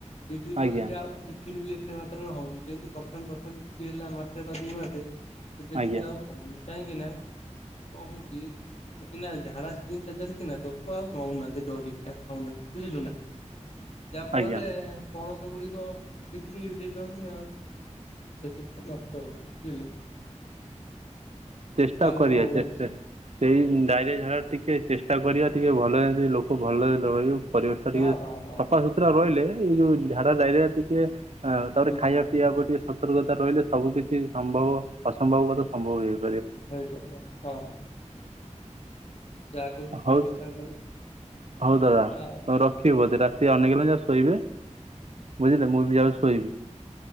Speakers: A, on the left (about 60°); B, on the right (about 60°).
A: ବିକ୍ରି
B: ଆଜ୍ଞା
A: କଲେ ବି ଆଉ ବିକ୍ରି ବି ଏ ଏତେ ମାତ୍ରାରେ ହଉନି ଯେମିତି ପ୍ରଥମେ ପ୍ରଥମେତି ହେଲା ମାସେ ବା ଦି ମାସେ ଏବେ
B: ଆଜ୍ଞା
A: କିନ୍ତୁ ଆଉ ହଁ ମୁ କାହିଁକି ନା କଣ ହଉଛି ନା ଝାଡା ଦିନଟା ଚାଲିଛି ନା ଲୋକ ଆଉ ନଉନାହାନ୍ତି ଡରିକିନା ଖାଉନାହାନ୍ତି ବୁଝିଲୁ ନା ଯାହା ଫଳରେ
B: ଆଜ୍ଞା
A: ପଣସ ଗୁଡିକ ବିକ୍ରି ହେଇପାରୁନି ଆଉ ସେଥିପାଇଁ ନଷ୍ଟ ହଉଛି ବୁଝିଲ ନା
B: ଚେଷ୍ଟା
A: ଆଉ
B: କରଆେ
A: କଣ କହୁଛି
B: ସେଇ ଡାଇରିଆ ଝାଡା ଟିକେ ଚେଷ୍ଟା କରିବା ଟିକେ ଭଲରେ ଲୋକ ଭଲ ପର
A: ହଁ
B: ଟିକେ
A: ହଁ ହଁ
B: ସଫାସୁତୁରା
A: ହଁ
B: ରହିଲେ ଏଇ ଯୋଉ ଝାଡା ଡାଇରିଆ ଟିକେ ହ ତାପରେ
A: ହୁଁ
B: ଖାଇବା
A: ହୁଁ
B: ପିଇବାକୁ ଟିକେ ସତର୍କତା ରହିଲେ ସବୁ କିିଛି ସମ୍ଭବ ଅସମ୍ଭବ କଥା ସମ୍ଭବ ହେଇ
A: ହେ ସାରିବ ହଁ ହଁ ଯାହା କହୁଛୁ ଠିକ
B: ହଉ
A: କଥା କହୁଛୁ
B: ହଉ ଦାଦା
A: ଆଉ
B: ତମେ ରଖିବଧି ସେ ଅନେକ ହେଲା ଯାହା ଶୋଇବେ ବୁଝିଲେ ମୁଁ ବି ଯାହା ଶୋଇବି